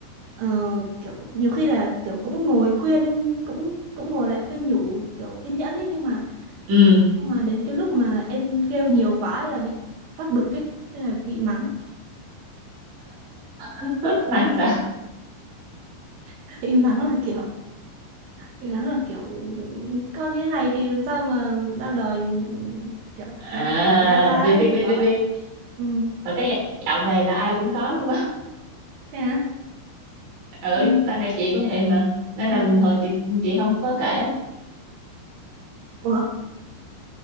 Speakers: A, on the right; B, on the right.
A: Ờ, kiểu nhiều khi là kiểu cũng ngồi khuyên cũng cũng ngồi lại khuyên nhủ kiểu kiên nhẫn ấy nhưng mà
B: ừ
A: nhưng mà đến cái lúc mà em kêu nhiều quá ấy là bị phát bực ấy thế là bị mắng
B: <laughs> mắng sao
A: <laughs> bị mắng là kiểu bị mắng là kiểu con như thế này thì làm sao mà ra đời kiểu
B: à
A: đấy ra ra
B: biết
A: ấy
B: biết
A: kiểu đó
B: biết biết
A: đấy
B: biết
A: ừ
B: và cái giọng này là ai cũng có luôn
A: thế à
B: ừ
A: ừ
B: ba mẹ chị cũng vậy mà nên
A: à
B: là bình thường chị chị không có kể
A: ủa